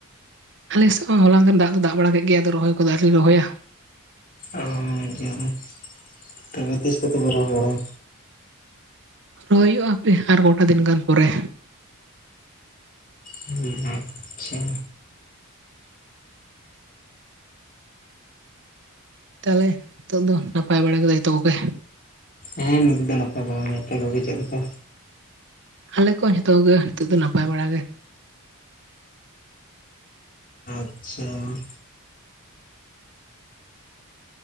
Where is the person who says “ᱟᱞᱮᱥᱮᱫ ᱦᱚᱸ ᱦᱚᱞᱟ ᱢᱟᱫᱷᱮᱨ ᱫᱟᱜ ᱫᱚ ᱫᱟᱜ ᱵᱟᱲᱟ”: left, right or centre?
Right